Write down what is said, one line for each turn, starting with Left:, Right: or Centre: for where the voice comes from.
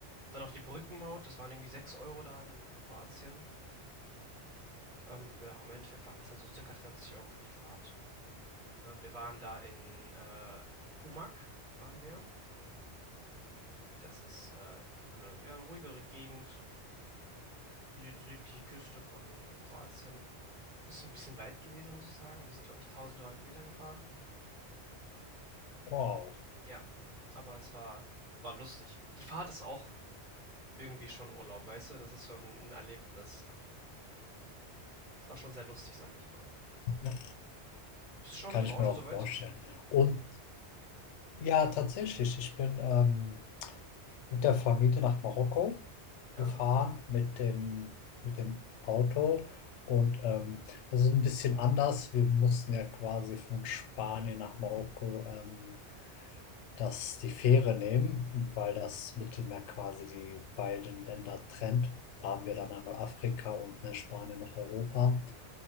Right: Dann noch die Brückenmaut, das waren irgendwie 6 Euro da in Kroatien. Ähm, ja, im Endeffekt waren das dann so circa 40 Euro für die Fahrt. Ne, und wir waren da in äh, Umag, waren wir. Das ist äh, so eine ja, ruhigere Gegend, süd südliche Küste von Kroatien. Ist ein bisschen weit gewesen, muss ich sagen. Wir sind, glaube ich, 1300 Kilometer gefahren.
Left: Wow.
Right: Ja, aber es war, war lustig. Die Fahrt ist auch irgendwie schon Urlaub, weißt du? Das ist schon ein Erlebnis. Das war schon sehr lustig, sage ich mal.
Left: Ja,
Right: Bist du schon
Left: kann
Right: mit dem
Left: ich
Right: Auto
Left: mir auch
Right: soweit?
Left: vorstellen. Und ja, tatsächlich, ich bin ähm, Mit der Familie nach Marokko
Right: Ja,
Left: gefahren, mit dem mit dem Auto und, ähm, das ist ein bisschen anders. Wir mussten ja quasi von Spanien nach Marokko, ähm, das die Fähre nehmen, weil das Mittelmeer quasi die beiden Länder trennt. Da haben wir dann einmal Afrika und, ne, Spanien noch Europa.